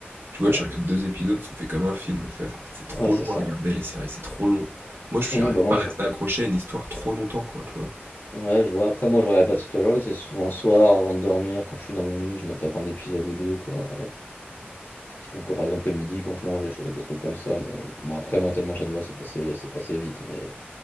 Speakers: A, on the right; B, on the left.
A: Tu vois,
B: Ouais,
A: tu regardes
B: non,
A: deux
B: c'est
A: épisodes, ça fait comme un film. C'est- En fait, c'est trop
B: ouais, c'est
A: long
B: ça.
A: à regarder les séries, c'est trop long. Moi, je
B: Hum,
A: n'arrive
B: bah moi,
A: pas à
B: je...
A: rester accroché à une histoire trop longtemps, quoi, tu vois.
B: Ouais, je vois. Après, moi, je regarde pas toute la journée, c'est souvent le soir, avant de dormir, quand je suis dans mon lit, je me tape un épisode ou deux, quoi. Ou quand par exemple le midi quand je mange des choses, des trucs comme ça, mais bon après moi tellement j'adorais c'est passé c'est passé vite, mais